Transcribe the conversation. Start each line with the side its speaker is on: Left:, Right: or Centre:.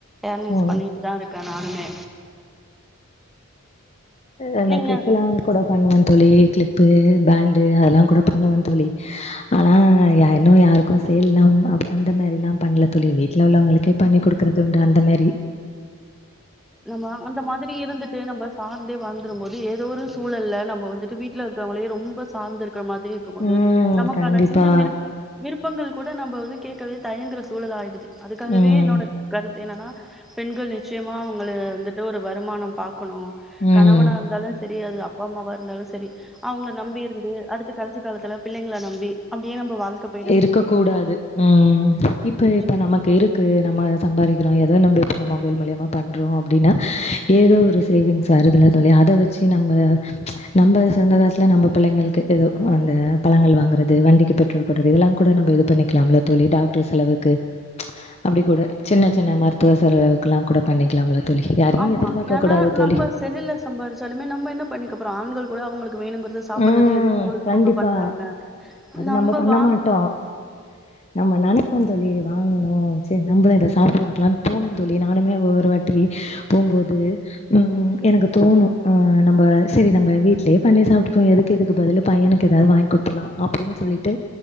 Centre: எர்னிங்ஸ் பண்ணிட்டு
Left: ம்
Centre: தா இருக்க நானுமே
Left: அந்த
Centre: நீங்க
Left: கிளிப்ல்லாம் கூட பண்ணுவேன் தோழி கிளிப்பு பேண்டு அதெல்லா கூட பண்ணுவேன் தோழி ஆனா யா இன்னும் யாருக்கும் சேல்லாம் அந்த மாரிலாம் பண்ணல தோழி வீட்ல உள்ளவங்களுக்கே பண்ணி குடுக் கறதுண்டு அந்த மாறி
Centre: நம்ம அந்த மாரி இருந்து ட்டு நம்ம சாந்தே வாழ்ந்துரு போது ஏதோ ஒரு சூழல்ல நம்ப வந்துட்டு வீட்ல இருக்கவங்களையு ரொம்ப சாந்து இருக்கற மாதிரி இருக்கும் போது
Left: ம்
Centre: நமக்கான
Left: கண்டிப்பா
Centre: சின்ன விருப் பங்கள் கூட நம்ம வந்து கேக்கவே தயங்கற சூழல் ஆயிடுது அதுக்காகவே
Left: ம்
Centre: என்னோட கருத்து என்னன்னா பெண்கள் நிச்சயமா அவங்கள வந்துட்டு ஒரு வருமானம் பாக்கணு
Left: ம்
Centre: கணவனா இருந்தாலும் சரி அது அப்பா அம்மாவா இருந்தாலு சரி அவங்கள நம்பி இருந்து அடுத்து கடசி காலத்துல பிள்ளைங்கள நம்பி அப்டியே நம்ம வாழ்க்க
Left: இருக்க கூடாது ம் இப்ப
Centre: நிச்சயம்
Left: இப்ப நமக்கு இருக் க்கு நம்ம சம்பாதிக்கறோ எதோ நம்ப இப்ப மொபைல் மூலியமா பண்றோ அப்டின்னா ஏதோ ஒரு சேவிங்ஸ் வருதுல தோழி அத வச்சு நம்ப நம்ம சொந்த காசுல நம்ப பிள்ளைங்களுக்கு ஏதோ அந்த பழங்கள் வாங்கறது வண்டிக்கு பெட்ரோல் றது இதல்லா கூட நம் இது பண்ணிக்கலாம்ல தோழி டாக்டர் செலவுக்கு அப்டி கூட சின்ன சின்ன மருத் துவ செலவுகல்லாம் கூட பண்ணிக்கலாம்ல தோழி. யாரையும்
Centre: ஆமா
Left: எதிர்பார்க்க
Centre: ஏன்னா
Left: கூடாது தோழி.
Centre: நம்ம செல்லுல சம்பறிச்சாலுமே நம்ப என்ன பண்ணிக்கபோறோ ஆண்கள் கூட அவங்களுக்கு வேணுங் சாப்பறது
Left: ம்.
Centre: ஏதோ பொழுதுபோக்கு
Left: கண்டிப்பா.
Centre: பண்றாங்க
Left: அது
Centre: நம்ப
Left: நம்ம பண்ண
Centre: வாங்
Left: மாட்டோம். நம்ம நெனைப்போ தோழி வாங்கணும் சரி நம்மளு இத சாப்ட்டு பாக்கலானு தோணு தோழி நானுமே ஒவ்வொரு வாட்டி போம்போது உஹம் எனக்கு தோணு அ நம்ம சரி நம்ம வீட்லயே பண்ணி சாப் ட்டுபோ எதுக்கு இதுக்கு பதிலு பையனுக்கு ஏதாது வாங்கி குடுத்துலா அப்டின்னு சொல்லிட்டு